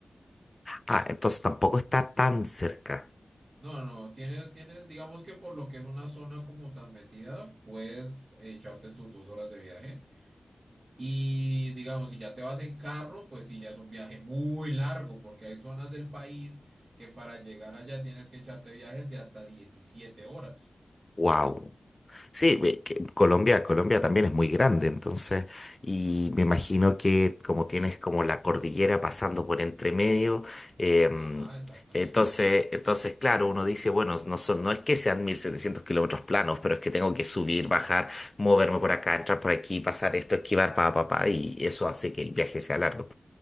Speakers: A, on the left (about 30°); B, on the right (about 50°).
A: Ah, entonces tampoco está tan cerca.
B: No, no, no, tienes, tienes, digamos que por lo que es una zona como tan metida, puedes echarte tus dos horas de viaje. Y digamos, si ya te vas en carro, pues sí, ya es un viaje muy largo, porque hay zonas del país que para llegar allá tienes que echarte viajes de hasta diecisiete horas.
A: Wow. Sí, ve que Colombia, Colombia también es muy grande, entonces, y me imagino que como tienes como la cordillera pasando por entre medio, em,
B: Ajá, exactamente.
A: entonces, entonces, claro, uno dice, bueno, no son, no es que sean 1700 kilómetros planos, pero es que tengo que subir, bajar, moverme por acá, entrar por aquí, pasar esto, esquivar, pa, pa, pa, y eso hace que el viaje sea largo.